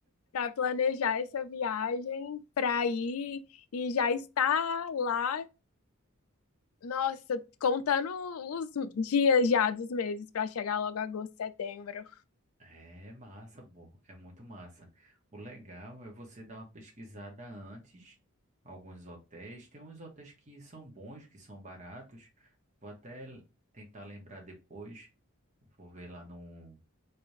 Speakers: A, on the left; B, on the right.
A: para planejar essa viagem, para ir e já estar lá Nossa, contando os dias já dos meses para chegar logo agosto, setembro.
B: É massa, pô, é muito massa. O legal é você dar uma pesquisada antes, alguns hotéis, tem uns hotéis que são bons, que são baratos. Vou até l- tentar lembrar depois, vou ver lá no